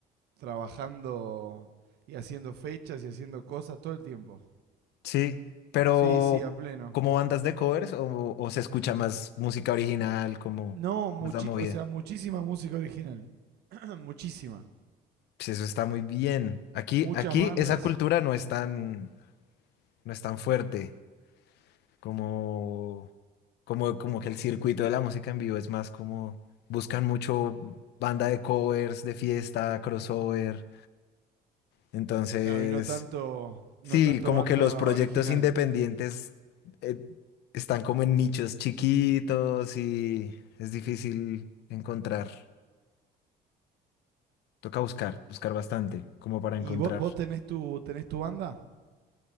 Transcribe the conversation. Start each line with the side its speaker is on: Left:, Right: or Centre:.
Right: trabajando y haciendo fechas y haciendo cosas todo el tiempo.
Left: Sí, pero
Right: Sí, sí, a pleno.
Left: ¿como bandas de covers o, o se escucha más música original, como
Right: No, muchi
Left: más la movida?
Right: o sea, muchísima música original. <clears throat> muchísima.
Left: Pues eso está muy bien. Aquí,
Right: Muchas
Left: aquí
Right: bandas.
Left: esa cultura no es tan, no es tan fuerte. como, como, como que el circuito de la música en vivo es más como buscan mucho banda de covers, de fiesta, crossover. Entonces,
Right: Claro, y no tanto, no
Left: sí,
Right: tanto
Left: como
Right: banda
Left: que los proyectos
Right: original.
Left: independientes eh, están como en nichos chiquitos y es difícil encontrar. Toca buscar, buscar bastante, como para encontrar.
Right: ¿Y vos, vos tenés tu, tenés tu banda?